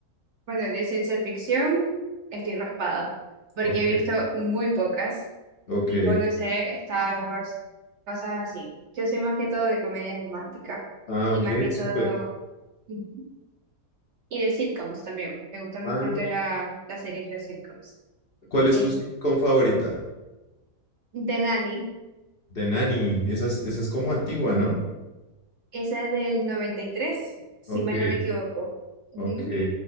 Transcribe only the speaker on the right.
Bueno, de ciencia ficción estoy raspada, porque
he visto muy pocas,
tipo, no sé, Star Wars, cosas así. Yo soy más que todo de comedias románticas
y
más que
todo, Ujú. y de sitcoms también. Me gustan
bastante la, las series de sitcoms.
Eh,
de Nanny.
Esa es del 93, si
mal no me equivoco. Ujú.